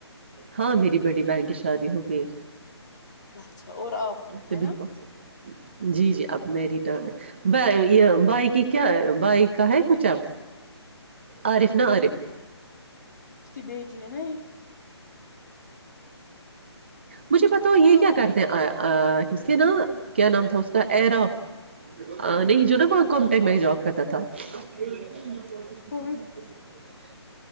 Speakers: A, on the right; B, on the left.
A: ہاں میری بڑی بہن کی شادی ہو گئی
B: اچھا اور آپ کو
A: تو
B: ہے
A: بھی
B: نا
A: پاسبل جی جی اب میری ٹرن ہے ب یہ بائک کی کیا بائ کا ہے کچھ اب عارف نہ عارف
B: اس کی بیٹی ہے نا ایک
A: مجھے پتا ہو یہ
B: ہاں
A: کیا کرتے ہیں اس کے ن کیا نام تھا اس کا اراف نہیں جو نا وہاں کمٹیکٹ میں ہی جاب کرتا تھا <unintelligible>
B: کون